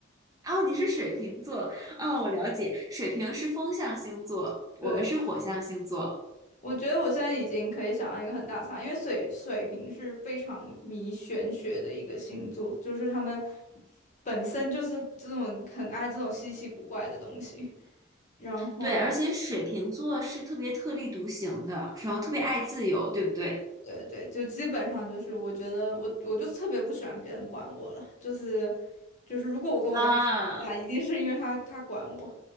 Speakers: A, on the right; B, on the left.
A: 哦，你是水瓶座。哦，我了解，水瓶是风象星座，我们是火象星座。
B: 对。我觉得我现在已经可以想到一个很大差，因为水水瓶是非常迷玄学的一个星座，就是他们本身就是这种很爱这种稀奇古怪的东西，然后
A: 对，而且水瓶座是特别特立独行的，然后特别爱自由，对不对？
B: 对对，就基本上就是我觉得我我就特别不喜欢别人管我了，就是就是如果我跟我男朋友吵架，
A: 啊
B: 一定是因为他他管我，